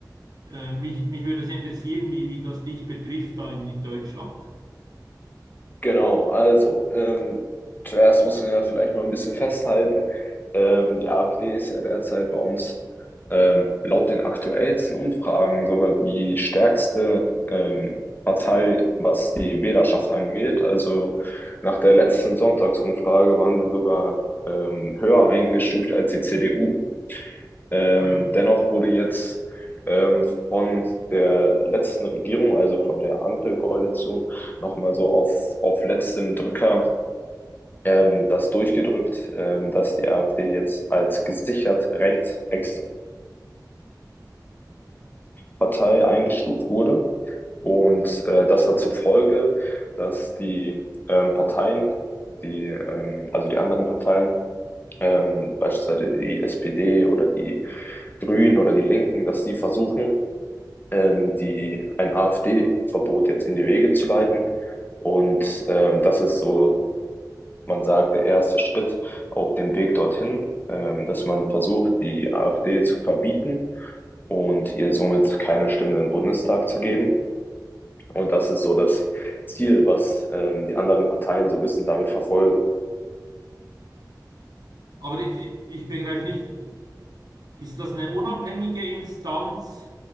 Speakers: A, on the right (about 65°); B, on the left (about 25°).
A: Äh, mich, mich würde es interessieren, wie, wie das dich betrifft da in, in Deutschland.
B: Genau, also ähm, zuerst muss man ja vielleicht mal ein bisschen festhalten, ähm, die AfD ist ja derzeit bei uns ähm, laut den aktuellsten Umfragen sogar die stärkste ähm, Partei, was die Wählerschaft angeht. Also nach der letzten Sonntagsumfrage waren sie sogar ähm, höher eingestuft als die CDU. Ähm,
A: Ah ja.
B: dennoch wurde jetzt ähm, von der letzten Regierung, also von der Ampelkoalition, nochmal so auf, auf letztem Drücker ähm, das durchgedrückt, ähm, dass die AfD jetzt als gesichert rechtsextreme Partei eingestuft wurde. Und äh, das hat zur Folge, dass die ähm, Parteien, die, ähm, also die anderen Parteien, ähm, beispielsweise die SPD oder die Grünen oder die Linken, dass die versuchen, ähm, die, ein AfD-Verbot jetzt in die Wege zu leiten. Und ähm, das ist so, man sagt, der erste Schritt auf dem Weg dorthin, ähm, dass man versucht, die AfD zu verbieten und ihr somit keine Stimme im Bundestag zu geben. Und das ist so das Ziel, was ähm, die anderen Parteien so ein bisschen damit verfolgen.
A: Aber ich, ich begreife nicht, Ist das eine unabhängige Instanz,